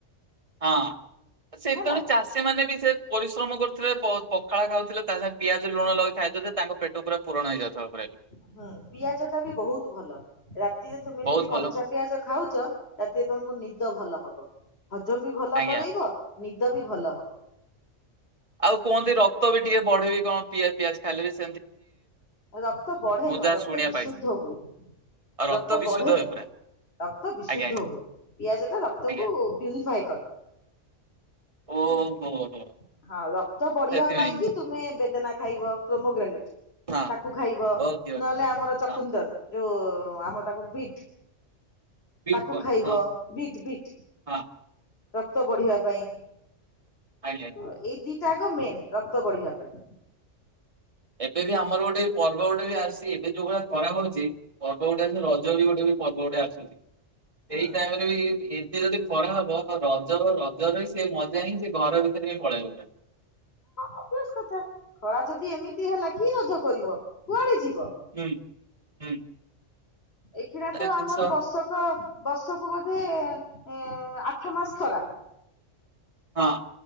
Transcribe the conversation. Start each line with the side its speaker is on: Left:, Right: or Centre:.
Right: ହଁ ସେତେବେଳେ
Left: ହେଲା
Right: ଚାଷ ସେମାନେ ବି ସେ ପରିଶ୍ରମ କରୁଥିଲେ ପ ପଖାଳ ଖାଉଥିଲେ ତା ସାଙ୍ଗେ ପିଆଜ ଲୁଣ ଲଗେଇ ଖାଇ ଦଉଥିଲେ। ତାଙ୍କ ପେଟ ପୁରା ପୁରଣ ହେଇଯାଉଥିବ ପୁରା ବି
Left: ହୁଁ ପିଆଜ ଟା ବି ବହୁତ୍ ଭଲ ରାତିରେ ତୁମେ
Right: ବହୁତ
Left: ଯଦି କଞ୍ଚା
Right: ଭଲ
Left: ପିଆଜ ଖାଉଚ ରାତିରେ ତମକୁ ନିଦ ଭଲ ହବ, ହଜମ ବି ଭଲ
Right: ଆଜ୍ଞା
Left: କରେଇବ ନିଦ ବି ଭଲ ହବ।
Right: ଆଉ କୁହନ୍ତି ରକ୍ତ ବି ଟିକେ ବଢେ ବି କଣ ପିଆଜ ପିଆଜ ଖାଇଲେ ବେଶ୍
Left: ରକ୍ତ ବଢେ ନୁହଁ,
Right: ଯାହା
Left: ରକ୍ତ
Right: ଶୁଣିବା
Left: ବିଶୁଦ୍ଧ
Right: ପାଇଛି
Left: ହୁଏ।
Right: ଆଉ
Left: ରକ୍ତ
Right: ବିଶୁଦ୍ଧ
Left: ବଢେ
Right: ହୁଏ
Left: ନୁହଁ
Right: ପୁରା
Left: ରକ୍ତ ବିଶୁଦ୍ଧ
Right: ଆଜ୍ଞା ଆଜ୍ଞା
Left: ହୁଏ ପିଆଜ ଟା ରକ୍ତକୁ
Right: ଆଜ୍ଞା
Left: ପ୍ୟୁରିଫାଇ କରେ
Right: ଓହୋ
Left: ହେଲା।
Right: ହୋ ହୋ
Left: ହଁ ରକ୍ତ ବଢିବା
Right: ସେଥିପାଇଁ
Left: ପାଇଁ କି ତୁମେ ବେଦନା ଖାଇବ ପ୍ରୋମୋଗ୍ରାନିଟ୍।
Right: ହଁ
Left: ତାକୁ ଖାଇବ
Right: ଓକେ ଓକେ
Left: ନହେଲେ ଆମର ଚକୁନ୍ଦର
Right: ହଁ
Left: ଯୋଉ ଆମ ତାକୁ ବିଟ୍
Right: ବିଟ୍
Left: ତାକୁ
Right: କୁହନ୍ତି
Left: ଖାଇବ
Right: ହଁ
Left: ବିଟ୍ ବିଟ୍
Right: ହଁ
Left: ରକ୍ତ ବଢିବା ପାଇଁ
Right: ଆଜ୍ଞା।
Left: ହଁ ଏ ଦିଟା ଆକ ମେନ୍ ରକ୍ତ ବଢିବା ପାଇଁ
Right: ଏବେ ବି ଆମର ଗୋଟେ ପର୍ବ ଗୋଟେ ବି ଆସି ଏବେ ଯୋଉ ଭଳିଆ ଖରା ହଉଚି। ପର୍ବ ଗୋଟେ ରଜ ବି ଗୋଟେ ବି ପର୍ବ ଗୋଟେ ଆସୁଚି
Left: ହୁଁ
Right: ଏଇ ଟାଇମ୍ ରେ ବି ଟିକେ ଯଦି ଖରା ହବ ରଜର ରଜରେ ସେ ମଜା ହିଁ ସେ ଘର ଭିତରେ ହି ପଳେଇବ।
Left: ଅବ୍ୟାସ କଥା ଖରା ଯଦି ଏମିତି ହେଲା କି ରଜ କରିବ କୁଆଡେ ଯିବ।
Right: ହୁଁ ହୁଁ।
Left: ଏଖିଣା
Right: ଏଟା
Left: ତ ଆମର
Right: ଜିନିଷ
Left: ବର୍ଷକ ବର୍ଷକୁ ବୋଧେ ଏଁ ଆଠ ମାସ ଖରା।
Right: ହଁ।